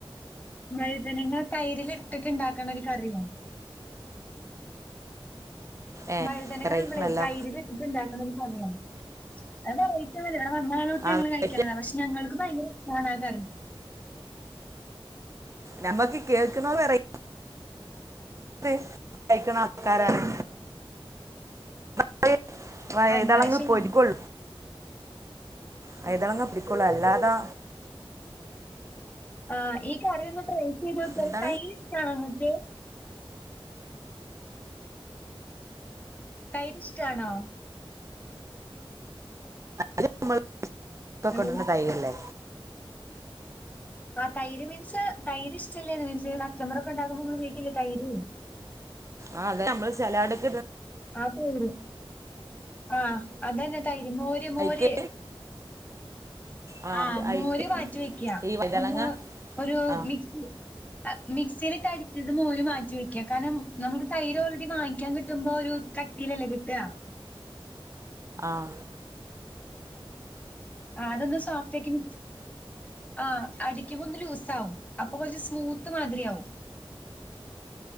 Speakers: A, on the left (about 15°); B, on the right (about 30°).
A: വഴ്തനങ്ങ തൈരിൽ ഇട്ടിട്ട് ഇണ്ടാക്കിണെ ഒരു കറിയാ
B: ഏ
A: വഴ്തനങ്ങ
B: വെറൈറ്റി
A: നംളെ
B: ആണല്ലോ
A: തൈരില് ഇട്ടിണ്ടാക്ക്ണെ ഒരു കറിയാണ് അത് <unintelligible> വ്ടെ വന്നാളൊട്ട്
B: ആ
A: ഞങ്ങള്
B: വെറൈറ്റി
A: കഴിക്ക്ണതാ പഷ് ഞങ്ങൾക്ക് ഭയ്ങ്കര ഇഷ്ടാണ് ആഹ് കറി
B: ഞമ്മക്ക് കേക്കുന്നെ വെറൈ <unintelligible> കഴിക്കണെ ആൾക്കാരാണ് <unintelligible> വയ്തളങ്ങ
A: അതാ ശരിയാണ്
B: പൊരികൊൾ വയ്തളങ്ങ പൊ പോൾ അല്ലാതാ
A: ആഹ് ഈ കറിയൊന്ന് ട്രൈ ചെയ്തോക്ക്
B: എന്താണ്
A: തൈര് ഇഷ്ട്ടാണോ ഇങ്ങക്ക് തൈരിഷ്ട്ടാണോ
B: അത് ഇമ്മള് <unintelligible>
A: നല്ല
B: ഇട്ണെ തൈരല്ലേ
A: ആഹ് തൈര് മീൻസ് തൈര് ഇഷ്ടല്ലേന്ന് മീൻസ് കച്ചമ്പറൊക്കെ ഇണ്ടാക്കുമ്പോ ഇങ്ള് ഉപയ്ക്കല്ലേ തൈര്
B: ആഹ് അതെന്നെ അമ്മള് സെലാടിക്കിട്
A: ആഹ് തൈര് ആഹ് അതെന്നെ തൈര് മോര് മോര്
B: അയ്ക്ക് ആ
A: ആഹ്
B: അയ്ക്ക്
A: മോര് മാറ്റി വെക്ക്യാ
B: ഈ വൈതളങ്ങ
A: ഒന്ന് ഒരു
B: ആ
A: മിക്സി മിക്സീലിട്ടടിച്ചട്ട് മോര് മാറ്റി വെക്ക്യ കാര്ണം നംള് തൈര് ഓൾഡി വാങ്ങ്ക്കാൻ കിട്ടുമ്പോ ഒരു കട്ടീലല്ലേ കിട്ടാ
B: ആഹ്
A: ആഹ് അതൊന്ന് സോഫ്റ്റാക്കി മിക് ആഹ് അടിക്കുമ്പൊ ഒന്ന് ലൂസാവും അപ്പൊ കൊർച്ച് സ്മൂത്ത് മാതിരിയാവും